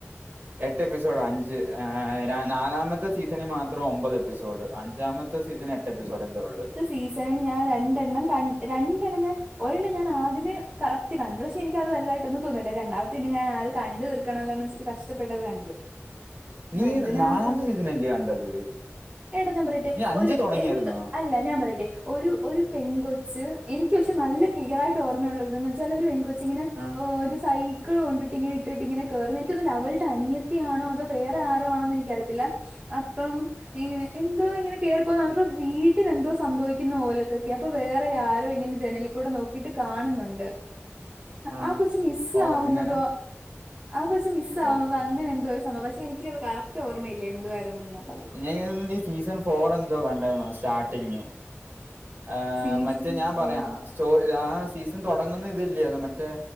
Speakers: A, on the right (about 45°); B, on the right (about 30°).
A: എട്ട് എപ്പിസോഡ് അഞ്ച് ആയ് നാലാമത്തെ സീസണീ മാത്രം ഒമ്പത് എപ്പിസോഡ് അഞ്ചാമ ത്തെ സീസണീ എട്ട് എപ്പിസോഡേറ്റെ ഒളള്
B: സീസൺ ഞാൻ രണ്ടെണ്ണം ക രണ്ടെണ്ണം ഞാൻ ഒരെണ്ണം ഞാൻ ആദ്യമേ കറക്റ്റ് കണ്ടു. പക്ഷേ എനിക്ക് അത് വലുതായിട്ടൊന്നും തോന്നണ്ല്ല. രണ്ടാമത്തെ ഞാൻ അത് കണ്ട് തീർ ക്കണല്ലോന്ന് വെച്ചിട്ടു കഷ്ടപ്പെട്ടത് കണ്ടു.
A: നീ
B: അതിനകത്ത്
A: നാലാമത്തെ സീസൺ അല്ലേ കണ്ടത്.
B: എടാ ഞാൻ പറയട്ടെ
A: അഞ്ച്
B: ഒരു
A: തുടങ്ങിയായിരുന്നാ?
B: എന്ത് അല്ല ഞാൻ പറയട്ടെ. ഒരു ഒരു പെൺകൊച്ച്, എനിക്ക് പക്ഷെ നല്ല ക്ലിയർ ആയിട്ട് ഓർമ്മയുള്ളരുതെന്ന് വെച്ചാൽ ഒരു പെൺകൊച്ചി ങ്ങനെ
A: ആഹ്
B: ഒരു സൈ ക്കിൾ കൊണ്ടിട്ട് ഇങ്ങെ ഇട്ടിട്ട് ഇങ്ങനെ കേറന്ന്. എനിക്ക് അതല്ല അവൾടെ അനിയത്തിയാണോ അതോ വേറെ ആരോ ആണോ എനിക്കറിയത്തില്ല. അപ്പം എന്തോ ഇങ്ങനെ കേറി ഇപ്പോൾ നമ്മുടെ വീട്ടിലെന്തോ സംഭവിക്കുന്ന ഓലൊക്കൊക്കെ. അപ്പോൾ വേറെ ആരോ ഇങ്ങനെ ജനലിക്കൂടെ നോക്കി ട്ടിട്ട് കാണുന്നുണ്ട്.
A: ആഹ്
B: ആ കൊച്ച് മിസ്സ്
A: ഓ
B: ആവുന്നതോ,
A: എങ്ങനെ
B: ആ കൊച്ച് മിസ് ആവുന്നത്
A: ഓക്കെ
B: അങ്ങനെ എന്തോ ഒരു സംഭവം. പക്ഷെ എനിക്കത് കറക്റ്റ് ഓർമ്മയില്ല എന്തുവായിരുന്നുള്ളത്.
A: <unintelligible> സീസൺ ഫോർ എന്തോ കണ്ടേർന്ന സ്റ്റാർട്ടിങ്. ആഹ്
B: സീസൺ
A: മറ്റേ ഞാൻ പറയാ. സ്റ്റോ ആ സീസൺ തുടങ്ങുന്ന ഇതില്ലേ മറ്റേ,